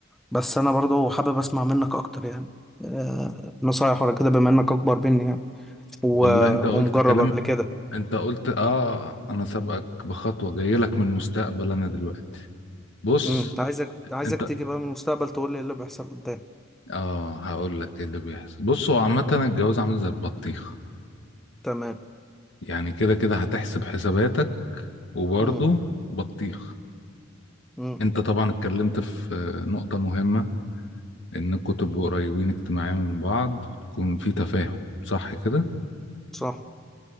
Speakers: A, in the centre; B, on the left (about 65°).
A: بس انا برضه حابب اسمع منك اكتر يعني آه، نصايح ولا كده بما انك اكبر مني يعني و...
B: والله انت قلت
A: ومجرب
B: كلام
A: قبل كده
B: انت قلت اه انا سابقك بخطوه جاي لك من المستقبل انا دلوقتي بص
A: امم عايزك عايزك
B: انت
A: تيجي بقى من المستقبل تقول لي ايه اللي بيحصل قدام
B: اه هقول لك ايه اللي بيحصل بص هو عامه الجواز عامل زي البطيخ
A: تمام
B: يعني كده كده هتحسب حساباتك وبرضه
A: امم
B: بطيخ
A: امم
B: انت طبعا اتكلمت في آه، نقطه مهمه انكم تبقوا قريبين اجتماعيا من بعض تكون في تفاهم صح كده
A: صح